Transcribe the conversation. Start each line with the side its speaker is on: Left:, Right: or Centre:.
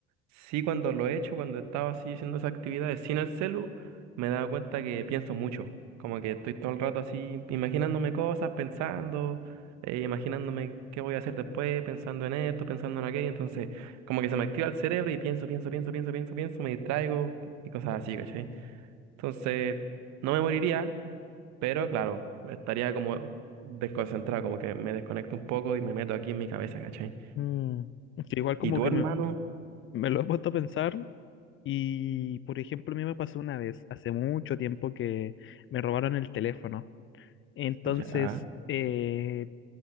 Right: Sí, cuando lo he hecho, cuando estaba así haciendo esas actividades sin el celu, me daba cuenta que pienso mucho. Como que estoy todo el rato así imaginándome cosas, pensando, eh, imaginándome qué voy a hacer después, pensando en esto, pensando en aquello. Entonces, como que se me activa el cerebro y pienso, pienso, pienso, pienso, pienso, pienso, me distraigo y cosas así, ¿cachai? Entonces, no me moriría, pero claro, estaría como desconcentrado, como que me desconecto un poco y me meto aquí en mi cabeza, ¿cachai?
Left: Mm, Que igual como
Right: ¿Y tu
Left: que
Right: hermano?
Left: me, me lo he puesto a pensar Y, por ejemplo, a mí me pasó una vez, hace mucho tiempo, que me robaron el teléfono. Entonces,
Right: Ya.
Left: eh,